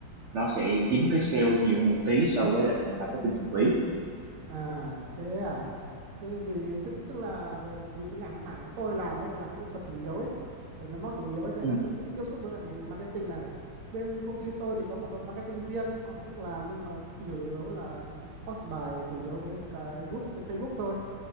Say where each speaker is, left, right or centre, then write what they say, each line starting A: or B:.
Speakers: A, on the right; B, on the right.
A: nó sẽ dính với sale nhiều hơn một tí so với lại là marketing thuần túy
B: À thế à thế vì tức, tức là về vì cái ngành mảng của tôi làm ấy là về kỹ thuật chủ yếu ấy về máy móc chủ yếu ấy nên
A: ừ.
B: là tôi cũng ít tiếp xúc với về ngành marketing này bên công ty tôi thì có một đội marketing riêng họ cũng làm nhưng mà chủ yếu là post bài chủ yếu mấy cái group trên Facebook thôi